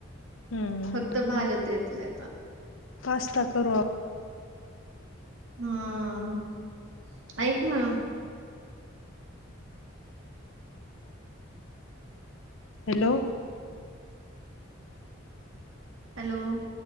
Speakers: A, on the left (about 75°); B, on the right (about 75°).
A: हम्म
B: फक्त भाज्यात येत नाही मला.
A: पास्ता करू आपण.
B: हा ऐक ना.
A: हॅलो!
B: हॅलो!